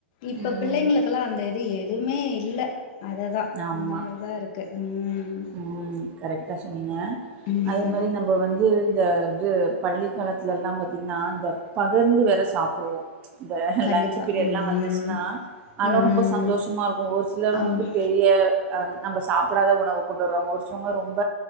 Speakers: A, on the left; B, on the right.
A: இப்ப
B: ம்
A: பிள்ளைங்ளுக் குல்லா அந்த இது எதுமே இல்ல அதுதா
B: ஆமா.
A: அந்த மாரிதா இருக்கு ம்
B: ம் கரெக்டா சொன்னீங்க
A: ம்
B: அது மாரி நம்ப வந்து இந்த வந்து பள்ளிக்காலத்துலல்லா பாத்திங்ன்னா இந்த பகிர்ந்து வேற சாப்டுவோ இந்த
A: கண்டிப்பா
B: லன்ச்சு பீரியட்ல்லா
A: ம்
B: வந்துச்ன்னா அதெல்லா
A: ம்
B: ரொம்ப சந்தோஷமா இருக்கு ஒரு சிலர்
A: ஆமா
B: வந்து பெரிய அ நம்ப சாப்டாத உணவு கொண்டு வருவாங்க ஒருசிலவங்க ரொம்ப